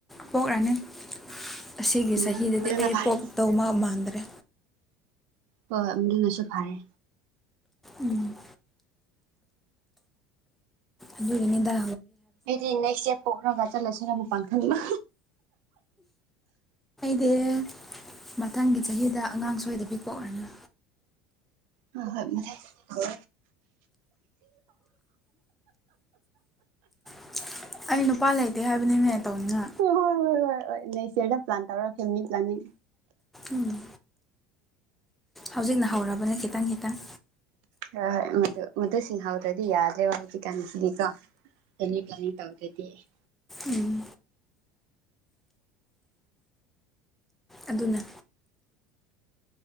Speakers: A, in the centre; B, on the right (about 65°).
A: ꯄꯣꯛꯂꯅꯤ ꯑꯁꯤꯒꯤ
B: ꯎꯝ
A: ꯆꯍꯤꯗꯗꯤ
B: ꯃꯗꯨꯅ
A: ꯑꯩ
B: ꯐꯔꯦ
A: ꯄꯣꯛ ꯇꯧ ꯃꯥ ꯃꯥꯟꯗ꯭ꯔꯦ
B: ꯍꯣꯏ ꯍꯣꯏ ꯃꯔꯅꯁꯨ ꯐꯔꯦ
A: ꯎꯝ ꯑꯗꯨꯅꯤꯗ
B: ꯑꯩꯗꯤ ꯅꯦꯛꯁ ꯗꯦꯞ ꯄꯣꯛꯔꯒ ꯆꯠꯂꯁꯤꯅ ꯃꯛꯄꯥꯡꯈꯟꯕ
A: ꯗꯦ ꯃꯊꯪꯒꯤ ꯆꯍꯤꯗ ꯑꯉꯥꯡ ꯁꯣꯏꯗꯕꯤ ꯄꯣꯛꯔꯅ
B: ꯍ ꯍꯣꯏ ꯃ ꯍ
A: ꯎꯝ ꯑꯩ ꯅꯨꯄꯥ ꯂꯩꯇꯦ ꯍꯥꯏꯕꯅꯤꯅꯦ ꯇꯧꯅꯤꯅ
B: ꯍꯣꯏ ꯍꯣꯏ ꯍꯣꯏ ꯍꯣꯏ ꯅꯦꯛꯁ ꯏꯌꯥꯔꯗ ꯄ꯭ꯂꯥꯟ ꯇꯔ ꯐꯦꯅꯤ ꯄ꯭ꯂꯅꯤ
A: ꯎꯝ ꯍꯧꯖꯤꯛꯅ ꯍꯧꯔꯕꯅ ꯈꯤꯇꯪ ꯈꯤꯇꯪ
B: ꯍ ꯃ ꯃꯗ ꯁꯤꯁꯤꯡ ꯍꯥꯎꯗꯗꯤ ꯌꯥꯎꯗꯦ ꯍꯥꯎꯗꯤ ꯀꯥꯟꯁꯤꯀ ꯄ꯭ꯂ ꯇꯗꯦꯗꯤꯁꯤ
A: ꯎꯝ ꯑꯗꯨꯅ